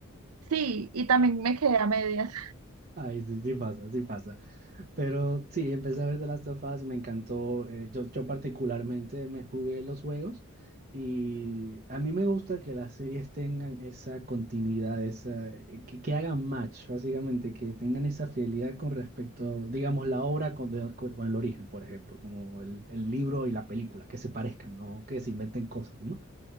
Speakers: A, on the right; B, on the right.
A: Sí, y también me quedé a medias.
B: Ay, sí, sí pasa, sí pasa. Pero sí, empecé a ver The Last of Us y me encantó. eh, yo, yo particularmente me jugué los juegos y a mí me gusta que las series tengan esa continuidad, esa, eh, que, que hagan match, básicamente, que tengan esa fidelidad con respecto, digamos, la obra con, de- con- con el origen, por ejemplo, como el, el libro y la película, que se parezcan, no que se inventen cosas, ¿no?